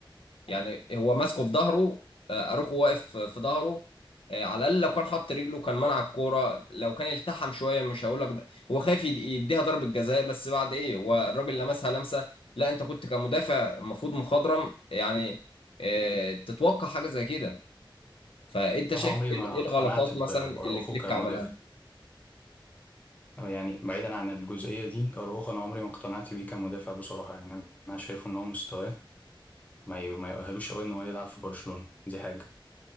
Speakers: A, on the left; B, on the left.
A: يعني هو ماسكه في ظهره آه، اروخو واقف في ظهره آه، على الاقل لو كان حط رجله كان منع الكوره لو كان التحم شويه مش هقول لك ده- هو خايف يد- يديها ضربه جزاء بس بعد ايه هو الراجل لمسها لمسه لا انت كنت كمدافع المفروض مخضرم يعني آه، تتوقع حاجه زي كده فانت
B: بصراحه
A: شايف
B: عمري
A: ايه
B: ما
A: إيه
B: اقتنعت
A: الغلطات
B: ب-
A: مثلا اللي
B: باراوخو
A: فليك
B: كمدافع
A: عملها
B: يعني بعيدا عن الجزئيه دي اراوخو انا عمري ما اقتنعت بيه كمدافع بصراحه يعني انا شايف ان هو مستواه ما ي- ما يؤهلوش قوي ان هو يلعب في برشلونه دي حاجه